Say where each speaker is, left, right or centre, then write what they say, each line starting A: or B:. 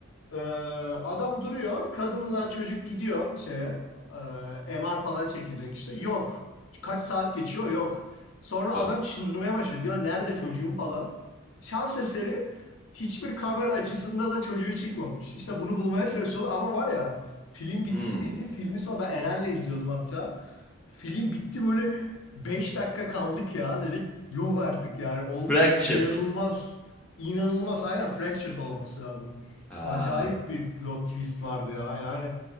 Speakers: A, on the left (about 60°); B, in the centre.
A: Ee, adam duruyor. Kadınla çocuk gidiyor şeye. E, MR falan çekilecek işte. Yok. Kaç saat geçiyor? Yok. Sonra
B: Dön.
A: adam çıldırmaya başlıyor. Diyor nerede çocuğum falan. Şans eseri hiçbir kamera açısında da çocuğu çıkmamış. İşte bunu bulmaya çalışıyorlar ama var ya film bitti
B: Hmm.
A: bildiğin filmi sonra ben Eren'le izliyordum hatta. Film bitti böyle 5 dakika kaldık ya dedik. Yok artık yani olduk
B: Fractured.
A: inanılmaz. inanılmaz aynen fractured olması lazım.
B: Ha.
A: Acayip bir plot twist vardı ya. Yani